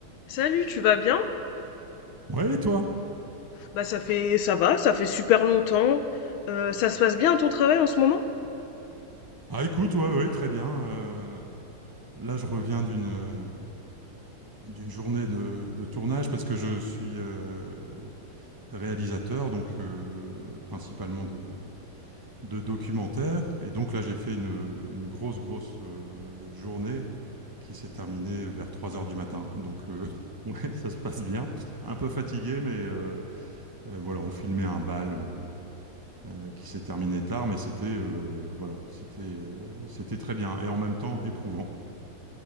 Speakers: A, on the left; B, on the right.
A: Salut, tu vas bien?
B: Ouais, et toi?
A: Bah ça fait ça va, ça fait super longtemps. Euh, ça se passe bien à ton travail en ce moment?
B: Ah, écoute, ouais, ouais, très bien. Euh, là, je reviens d'une euh, d'une journée de, de tournage parce que je suis euh, réalisateur, donc euh, principalement de, de documentaires. Et donc là, j'ai fait une, une grosse, grosse euh, journée qui s'est terminée vers 3 heures du matin. Donc, euh, <laughs> ouais, ça se passe bien. Un peu fatigué, mais euh, euh, voilà, on filmait un bal. euh, euh, qui s'est terminé tard, mais c'était euh, voilà, c'était euh, c'était très bien et en même temps éprouvant.